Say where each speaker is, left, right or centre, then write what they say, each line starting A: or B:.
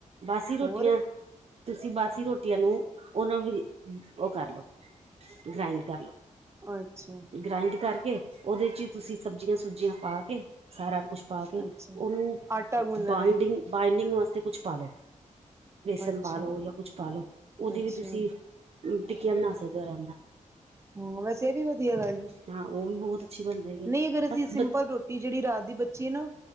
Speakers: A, on the right; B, on the right.
A: ਬਸ ਹੀ ਰੋਟੀਆਂ
B: ਹੋਰ
A: ਤੁਸੀਂ ਬਾਸੀ ਰੋਟੀਆਂ ਨੂੰ ਉਹਨਾਂ ਵੀ, ਉਹ ਕਰ ਲਓ, ਗ੍ਰਾਇੰਡ ਕਰ ਲਓ।
B: ਅੱਛਾ।
A: ਗ੍ਰਾਇੰਡ ਕਰਕੇ ਉਹਦੇ ਚ ਹੀ ਤੁਸੀਂ ਸਬਜ਼ੀਆਂ ਸੁਬਜੀਆਂ ਪਾ ਕੇ ਸਾਰਾ ਕੁਛ ਪਾ ਕੇ
B: ਅੱਛਾ
A: ਉਹਨੂੰ
B: ਆਟਾ ਗੁੰਨ ਲੈਣਾ
A: ਬਾਈਡਿੰਗ ਬਾਈਡਿੰਗ ਵਾਸਤੇ ਕੁਛ ਪਾਾਲੋ ਵੇਸਨ
B: ਅੱਛਾ
A: ਪਾ ਲੋ ਜਾਂ ਕੁਛ ਪਾ ਲੋ ਉਹਦੀ
B: ਅੱਛਾ
A: ਵੀ ਤੁਸੀਂ ਟਿੱਕੀਆਂ ਬਣਾ ਸਕਦੇ ਹੋ ਆਰਾਮ ਨਾਲ
B: ਹੋਰ ਵੈਸੇ ਇਹ ਵੀ ਵਧੀਆ ਗੱਲ ਏ
A: ਹਾਂ। ਉਹ ਵੀ ਬਹੁਤ ਅੱਛੀ ਬਣ ਜਾਏਗੀ
B: ਨਹੀਂ ਅਗਰ ਅਸੀਂ
A: ਬਸ
B: ਸਿੰਪਲ ਰੋਟੀ ਜਿਹੜੀ ਰਾਤ ਦੀ ਬੱਚੀ ਆ ਨਾ